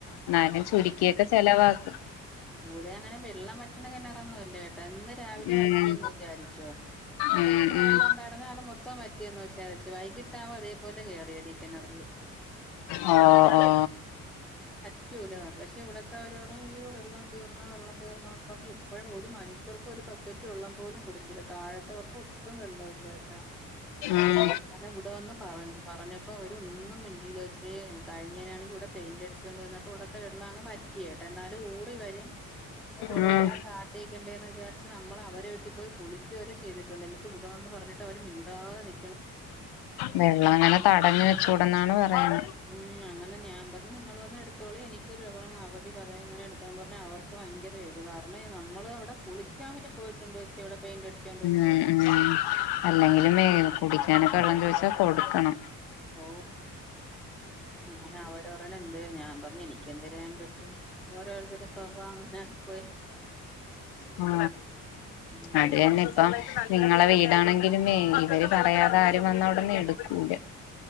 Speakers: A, on the left; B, in the centre.
A: എന്നാലും ചുരുക്കിയൊക്കെ ചെലവാക്കും
B: കൂടെ അങ്ങനെ വെള്ളം പറ്റണ കെണറൊന്നുമല്ല കെട്ടോ എന്ന് രാവിലെ
A: ഉം
B: വ റ്റിയന്ന് വിചാരിച്ചോ ഇപ്പൊ
A: ഉം
B: എത്ര
A: ഉം
B: വെള്ളം ഉണ്ടായിരുന്നോ അത് മൊത്തം വറ്റിയന്ന് വച്ച അത്യാവശ്യ വൈകിട്ടാവോ അതേപോലെ കേറി വരും ഈ കിണറില്
A: ആ ആ
B: പറ്റൂല പക്ഷെ ഇവിടത്തെ ഓരോരോ ഉറാ വെള്ളം തീർന്നു വെള്ളം തീർന്നു എന്നും പറഞ്ഞ ഇപ്പഴും ഒരു മനുഷ്യർക്കും ഒരു ബക്കറ്റ് വള്ളം പോലും കൊടുക്കൂല്ല താഴത്തെ ഒട്ടും വെള്ളോല്ലാട്ടോ
A: ഉം
B: അങ്ങനെ ഇവിടെ വന്ന് പറഞ്ഞു പറഞ്ഞപ്പോ അവരൊന്നും മിണ്ടലോച്ചേ കഴിഞ്ഞേനാണെങ്കി ഇവിടെ പെയിന്റടിച്ചോണ്ട് വന്ന് അപ്പൊ ഇവിടത്തെ വെള്ളം അങ്ങ് വറ്റി കേട്ടോ എന്നാലും ഊറി വരും പിന്നെ കുറേ
A: ഉം
B: നേരം കാത്തി ണ്ടേന്നെ വിചാരിച്ച് നമ്മൾ അവരെ വെട്ടി പോയി കുളിച്ചുവരെ ചെയ്തിട്ടുണ്ട് എന്നിട്ടിവിടെ വന്നു പറഞ്ഞിട്ടവരെ മിണ്ടാതെ നിക്
A: വെള്ളം അങ്ങനെ തടഞ്ഞ് വെച്ചൂടന്നാണ് പറയുന്നെ
B: ഉം അങ്ങനെ ഞാൻ പറഞ്ഞു നിങ്ങൾ വന്നു എടുത്തോളി ഇങ്ങനൊരു അവധി അപ്പൊ ഞാൻ പറഞ്ഞ് അവർക്ക് ഭയങ്കര ഇത് കാരണേ നമ്മള് അവിടെ കുളിക്കാൻ വരെ പോയിട്ടുണ്ട് വെച്ച് ഇവിടെ പെയിന്റടിച്ച് കൊണ്ട് വന്ന
A: ഉം
B: വെള്ളം
A: ഉം
B: വീഴുന്നുണ്ട്
A: അല്ലെങ്കിലും വേ കുടിക്കാനൊക്കെ വെള്ളം ചോദിച്ചാ കൊടുക്കണം
B: ഓ അങ്ങനെ അവര് പറയണ് എന്തേ ഞാൻ പറഞ്ഞ് എനി എനിക്കെന്തര് ചെയ്യാൻ പറ്റും ഓരോരുത്തരുടെ സ്വഭാവം അങ്ങനെ ആയി പോയി
A: ആ
B: ഉം
A: അതന്നെ ഇപ്പം നിങ്ങളെ വീടാണെങ്കിലുമേ ഇവര് പറയാതെ ആരും വന്നവിടന്ന് എടുക്കൂല